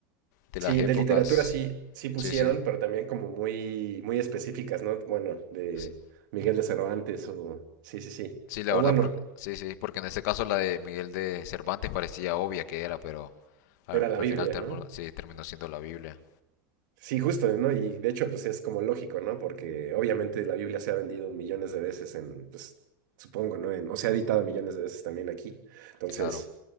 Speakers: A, on the left (about 65°); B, on the right (about 75°).
A: de
B: Sí,
A: las épocas.
B: de literatura sí, sí pusieron,
A: Sí, sí.
B: pero también como muy, muy específicas, ¿no? Bueno, de
A: Sí,
B: Miguel de Cervantes o, sí, sí, sí.
A: sí, la
B: O
A: verdad,
B: bueno,
A: porque, sí, sí, porque en este caso la de Miguel de Cervantes parecía obvia que era, pero al,
B: Era la
A: al
B: Biblia,
A: final termo-
B: ¿no?
A: sí, terminó siendo la Biblia,
B: Sí, justo, ¿no? Y de hecho, pues es como lógico, ¿no? Porque obviamente la Biblia se ha vendido millones de veces en, pues, supongo, ¿no? En- o se ha editado millones de veces también aquí. Entonces,
A: claro.